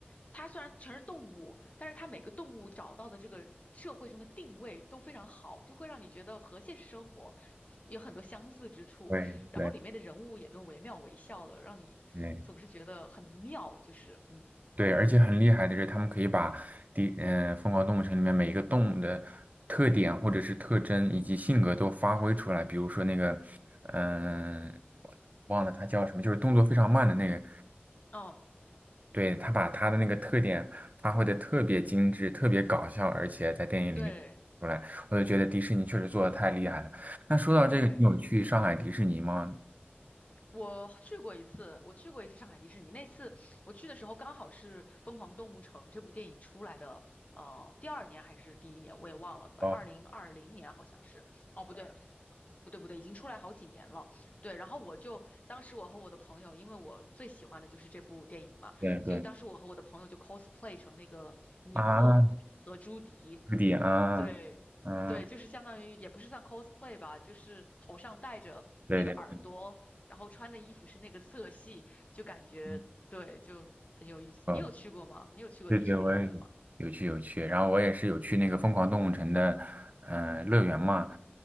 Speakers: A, on the left; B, on the right.
A: 它虽然全是动物，但是它每个动物找到的这个社会中的定位都非常好，就会让你觉得和现实生活有很多相似之处。
B: 对对
A: 然后里面的人物也都惟妙惟肖的，让你总是觉得很妙，
B: 对
A: 就是嗯，
B: 对，而且很厉害的是，他们可以把第嗯、呃《疯狂动物城》里面每一个动物的特点或者是特征以及性格都发挥出来。比如说那个，嗯、忘了它叫什么，就是动作非常慢的那个。
A: 哦，
B: 对，他把他的那个特点发挥的特别精致，特别搞笑，而且在电影里面出来，
A: 对
B: 我就觉得迪士尼确实做的太厉害了。那说到这个，
A: 对。
B: 你有去上海迪士尼吗？
A: 我去过一次，我去过一次上海迪士尼。那次我去的时候，刚好是《疯狂动物城》这部电影出来的，呃，第二年还是第一年，我也忘了，反正二零二零年好像是。
B: 哦，
A: 哦，不对，嗯不对，不对，已经出来好几年了。对，然后我就当时我和我的朋友，因为我最喜欢的就是这部电影嘛，
B: 对对，
A: 所以当时我和我的朋友就 cosplay 成那个尼克和朱迪。
B: 啊，朱迪啊，
A: 对。
B: 嗯，
A: 对，就是相当于也不是算 cosplay 吧，就是头上戴着那个耳朵，
B: 对对，
A: 然后穿的衣服是那个色系，就感觉对，
B: 嗯。
A: 就很有意思。
B: 哦
A: 你有去过吗？你有去过迪士尼乐园吗？
B: 对对，我也有去有去，然后我也是有去那个疯狂动物城的，嗯、乐园嘛，